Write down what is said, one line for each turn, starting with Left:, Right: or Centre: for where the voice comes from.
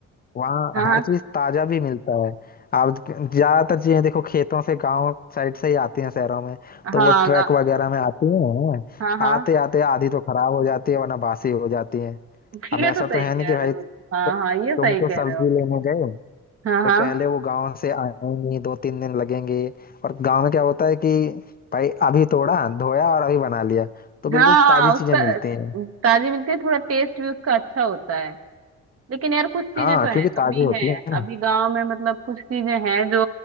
Left: वहाँ
Right: हाँ हाँ
Left: हर चीज ताजा भी मिलता है आप ज्यादातर चीजें देखो खेतों से गांव साइड से ही आती हैं शहरों में
Right: हाँ
Left: तो वो ट्रक
Right: गा-
Left: वगैरह में आती हैं
Right: हाँ हाँ
Left: आते आते आधी तो खराब हो जाती है वरना बासी हो जाती है
Right: <laughs> ये
Left: अब ऐसा
Right: तो सही
Left: तो है
Right: कह
Left: नहीं कि भाई
Right: रहे हो
Left: तु,
Right: तुम। हाँ
Left: तुम
Right: हाँ ये सही
Left: तो सब्जी
Right: कह रहे हो
Left: लेने गए
Right: हाँ
Left: तो
Right: हाँ
Left: पहले वो गांव से आएंगी दो तीन दिन लगेंगे और गांव में क्या होता है कि भाई अभी तोड़ा धोया और अभी बना लिया तो बिल्कुल
Right: हाँ हाँ
Left: ताजी चीजें
Right: उसका
Left: मिलती हैं
Right: ताजी मिलती है थोड़ा टेस्ट भी उसका अच्छा होता है लेकिन यार कुछ चीजें
Left: हाँ
Right: तो है
Left: क्योंकि
Right: कमी
Left: ताजी होती
Right: है
Left: है ना
Right: अभी गांव में मतलब कुछ चीजें हैं जो